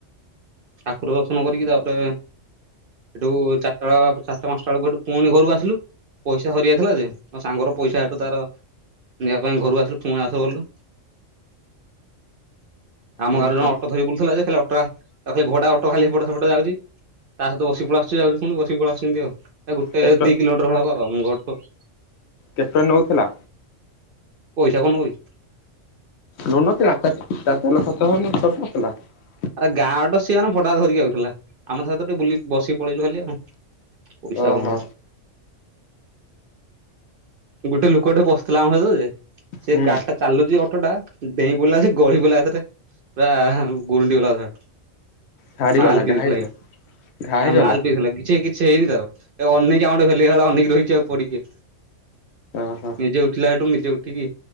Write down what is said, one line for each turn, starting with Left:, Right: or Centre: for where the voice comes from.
Right: ଠାକୁର ଦର୍ଶନ କରିକି, ତାପରେ ସେଠୁ ଚାରିଟା ବଳ ଚାରିଟା ପାଞ୍ଚଟା ବେଳକୁ ଏଠୁ ପୁଣି ଗଲୁ ଆସିଲୁ। ପଇସା ହରି ଯାଇଥିଲା ଯେ, ଆ ସାଙ୍ଗର ପଇସା ଏଠୁ ତାର ନେବା ପାଇଁ ଘରୁ ଆସିଲୁ ।ପୁଣି ଆସିଲୁ ଗଲୁ। ଆମ
Left: ଉଁ
Right: ଗାଁରୁ
Left: ହୁଁ।
Right: ଜଣେ ଅଟୋ ଧର ବୁଥିଲା ଯେ, ଖାଲି ଅଟୋ ଖଲି ଭଡା ଅଟୋ ଖାଲି ଏପଟେ ସେପଟେ ଯାଉଚି। ତା ସହିତ ବସିକ ପଳ ଆସୁଚି, ଯାଉଚି ପୁଣି ବସିକ ପଳ ଆସୁଚି ଆଉ, ଏ ଗୋଟେ
Left: କେଟ
Right: ଦି କିଲୋମିଟର ହେବ ଆମ ଘରଠୁ <inaudible>
Left: କେପଟନ ନଉଥିଲା।
Right: ପଇସା କଣ ନବକି
Left: ନଉ ନଥିଲା। ତା ଖଚ ତେଲ ଖର୍ଚ୍ଚ ହଉନଥିଲା <unintelligible>
Right: ଆରେ ଗାଁ ଟ ସିଏ, ମାନେ ଭଡା ଧରିକି ଯାଉଥିଲା। ଆମ ହତ ଟିକେ ବୁଲି ବସିକି ପଳେଇଲୁ ଖାଲି ଆଉ । ପଇସା
Left: ଓହୋ
Right: କନୁ ଗୋଟେ ଲୋକଠେ ପଶଥିଲା ଆମ ସତ ଯେ ସେ
Left: ହୁଁ
Right: ଗାଡି ଟା ଚାଲୁଚି ଅଟୋଟା, ଡେଇଁ ପଡ଼ିଲା ଯେ ଗଳି ପଡ଼ିଲା ।ସେଥିରେ ପୁରା ଗୁରୁଣ୍ଡି ଗଲା ଅଧା ବାଟରୁ।
Left: ଛାଡିଗଲା
Right: ମାଲ ପିଇଥିଲା
Left: ଘା ହେଇଗଲା। ଘା ହେଇଗଲା
Right: ନା ମାଲ ପିଇଥିଲା କିଛି କିଛି ଛି ହେଇନି ତାର, ଏ ଅନେଇକ ଆମର ଭିଲଇ ଭଳିଆ ଅନେଇ କି ରହିଛି ଆଉ ପରିକି
Left: ଓ ହୋ।
Right: ନିଜେ ଉଠିଲା ସେଠୁ ନିଜେ ଉଠିକି,